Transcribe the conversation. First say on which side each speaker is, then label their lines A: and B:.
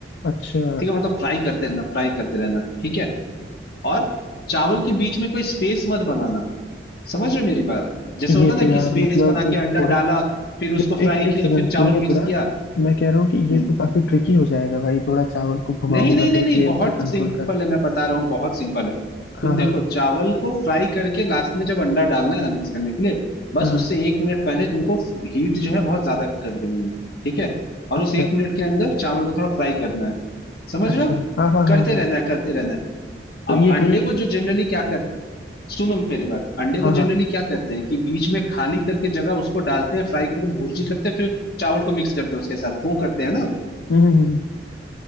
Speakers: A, on the left; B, on the left.
A: अच्छा
B: ठीक है मतलब फ्राई करते रहना फ्राई करते रहना ठीक है और चावल के बीच में कोई स्पेस मत बनाना समझ रहे हो मेरी बात जैसे
A: ये
B: होता है ना
A: तो यार
B: कि स्पेस
A: मतलब
B: बना के अंडा
A: थोड़ा
B: डाला फिर उसको
A: ये तो एक
B: फ्राई
A: एक
B: किया
A: सेकंड
B: फिर
A: सुनिए
B: चावल मिक्स
A: थोड़ा
B: किया
A: मैं कह रहा हूँ कि
B: हम्म
A: ये तो काफी ट्रिकी हो जाएगा भाई थोड़ा चावल को घुमाऊंगा
B: नहीं नहीं नहीं
A: फिर
B: नहीं
A: फ्लेम
B: बहुत
A: को कंट्रोल
B: सिंपल है मैं बता रहा हूँ बहुत सिंपल है तुम
A: हाँ
B: देखो
A: हाँ
B: चावल को फ्राई करके लास्ट में जब अंडा डालना है ना मिक्स करने के लिए बस
A: हाँ हाँ
B: उससे एक मिनट पहले तुमको हीट जो है बहुत ज्यादा कर देनी है ठीक है और
A: अच्छा
B: उस एक मिनट के अंदर चावल को थोड़ा फ्राई करना है समझ
A: अच्छा
B: रहे हो
A: हाँ हाँ
B: करते
A: हाँ हाँ
B: रहना है करते रहना है
A: तो
B: अब
A: ये
B: अंडे
A: कहीं
B: को जो जनरली क्या करते सुनो मेरी बात अंडे को
A: हाँ हाँ
B: जनरली क्या करते हैं कि बीच में खाली करके जगह उसको डालते हैं फ्राई करके भुर्जी करते हैं फिर चावल को मिक्स करते हैं उसके साथ वो करते हैं ना
A: हम्म हम्म, हम्म।